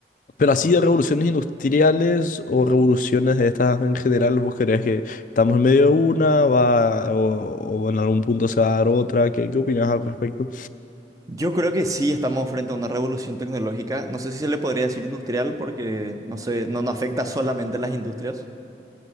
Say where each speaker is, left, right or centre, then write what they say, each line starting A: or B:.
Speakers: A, on the left (about 45°); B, on the right (about 20°).
A: pero así de revoluciones industriales o revoluciones de estas en general, ¿vos crees que estamos en medio de una, va, o, o en algún punto se va a dar otra? ¿Qué, qué opinás al respecto?
B: Yo creo que sí estamos frente a una revolución tecnológica. No sé si se le podría decir industrial porque no sé, no, no afecta solamente a las industrias.